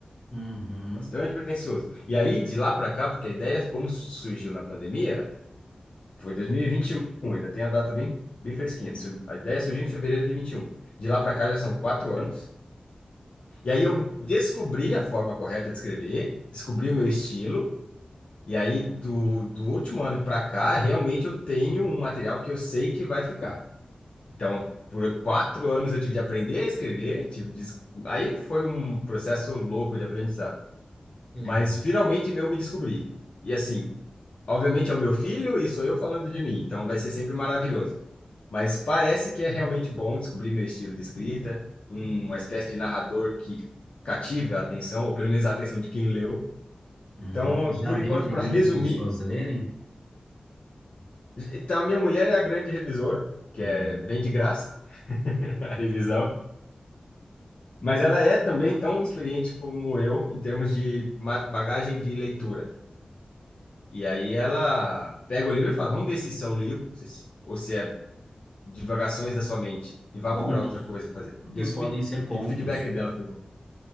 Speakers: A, on the left; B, on the left.
A: Uhum.
B: bastante pretensioso. E aí, de lá para cá, porque a ideia, como surgiu na pandemia, foi 2021, ainda tem a data bem, bem fresquinha. A ideia surgiu em fevereiro de 21. De lá para cá já são quatro anos. E aí eu descobri a forma correta de escrever, descobri o meu estilo. E aí, do, do último ano para cá, realmente eu tenho um material que eu sei que vai ficar. Então, por quatro anos eu tive de aprender a escrever, tive de... es- aí foi um processo louco de aprendizado.
A: Que legal.
B: Mas finalmente eu me descobri. E assim, obviamente é o meu filho e sou eu falando de mim, então vai ser sempre maravilhoso. Mas parece que é realmente bom descobrir meu estilo de escrita, um- uma espécie de narrador que cative a atenção, ou pelo menos a atenção de quem leu.
A: Uhum.
B: Então,
A: Já
B: por
A: deu
B: enquanto,
A: para
B: para
A: algumas
B: resumir,
A: pessoas lerem?
B: então a minha mulher é a grande revisora, que
A: Hum.
B: é bem de graça <laughs> a revisão. Mas ela é também tão experiente como eu em termos de ma- bagagem de leitura. E aí ela pega o livro e fala: vamos ver se isso é um livro se- ou se é divagações da sua mente e vá
A: Contos,
B: procurar outra coisa a fazer.
A: porque
B: E, os
A: podem
B: feed-
A: ser contos.
B: e o feedback dela foi bom.